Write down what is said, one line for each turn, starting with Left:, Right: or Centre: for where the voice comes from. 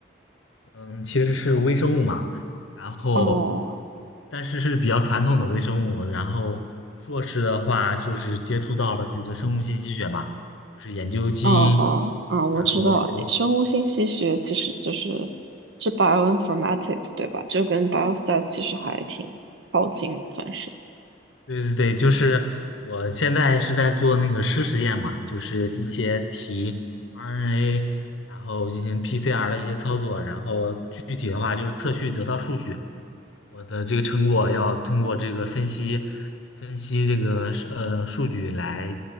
Left: 嗯其实是微生物嘛，然后
Right: 哦。
Left: 但是是比较传统的微生物，然后硕士的话就是接触到了这个生物信息学嘛，就是研究基因，
Right: 哦哦啊，我知道，
Left: 然后博。
Right: 生物信息学其实就是是 bioinformatics 对吧？就跟 b i o s t a t 其实还挺靠近的，算是。
Left: 对对对，就是我现在是在做那个湿实验嘛，就是一些题 RNA，然后进行 PCR 的一些操作，然后具体的话就是测序得到数据，我的这个成果要通过这个分析分析这个是呃数据来